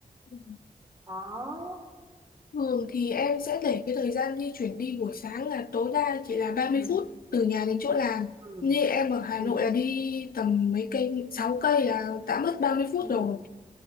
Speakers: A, on the left; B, on the right.
A: Ừ.
B: đó
A: Thường thì em sẽ để cái thời gian di chuyển đi buổi sáng là tối đa chỉ là ba
B: ừ
A: mươi phút từ nhà đến chỗ làm.
B: ừ
A: Như em ở Hà
B: ừ
A: Nội là đi tầm mấy cây, 6 cây là đã mất ba mươi phút
B: ừ
A: rồi.